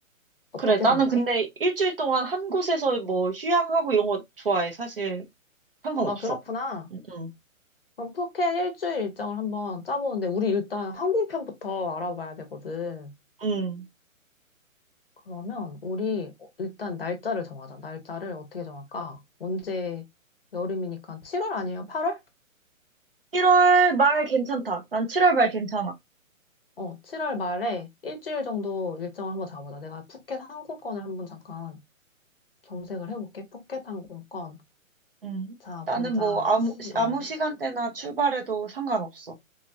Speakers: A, on the left; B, on the right.
A: 어떻게
B: 그래. 나는
A: 생각해?
B: 근데 일주일 동안 한 곳에서 뭐 휴양하고 이런 거 좋아해. 사실 상관없어.
A: 아, 그렇구나.
B: 응, 응.
A: 그럼 푸켓 일주일 일정을 한번 짜보는데, 우리 일단 항공편부터 알아봐야 되거든.
B: 응.
A: 그러면 우리 일단 날짜를 정하자. 날짜를 어떻게 정할까? 언제 여름이니까 7월 아니면 8월?
B: 1월 말 괜찮다. 난 7월 말 괜찮아.
A: 어, 7월 말에 일주일 정도 일정을 한번 잡아보자. 내가 푸켓 항공권을 한번 잠깐 검색을 해볼게. 푸켓 항공권.
B: 응,
A: 자,
B: 나는
A: 보자.
B: 뭐 아무,
A: 7월.
B: 시- 아무 시간대나 출발해도 상관없어.